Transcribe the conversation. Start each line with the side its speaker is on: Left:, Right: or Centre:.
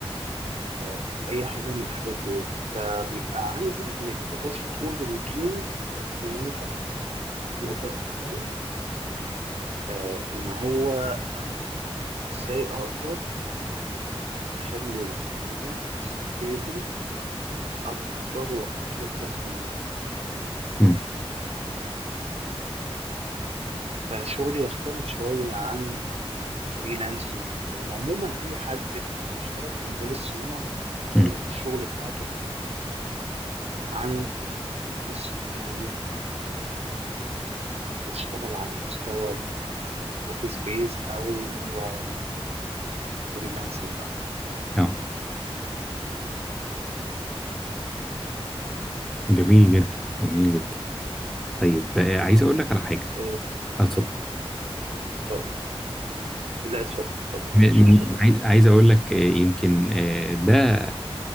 Right: آه، اي حاجه من الحاجات ديت فبيبقى عندي ما تقدرش تقول روتين قد ما انت تقدر تقول آه، إن هو آه، إزاي أقدر آه، أخلي النجم ستيبل أكبر وأطول فترة ممكن
Centre: امم
Right: فشغلي يختلف شوية عن الفريلانسنج أو عموما أي حد بيبقى بيشتغل في مجال الصيانة طريقة
Centre: امم
Right: الشغل بتاعته بتبقى مختلفة عن الناس اللي هي بت بتشتغل على مستوى الأوفيس بيز أو آه، الفريلانسنج عموما.
Centre: اه جميل جدا جميل جدا طيب آه، عايز اقول لك على حاجه
Right: آه،
Centre: آه، اتفضل
Right: اتفضل. لا اتفضل اتفضل مفيش
Centre: م- م-
Right: اتفضل
Centre: عايز عايز اقول لك آه، يمكن آه، ده